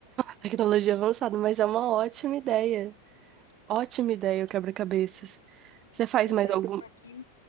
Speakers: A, on the right; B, on the left.
A: tecnologia avançada, mas é uma ótima ideia. Ótima ideia o quebra-cabeças. Você faz
B: Eu
A: mais
B: tenho
A: algum?
B: uma aqui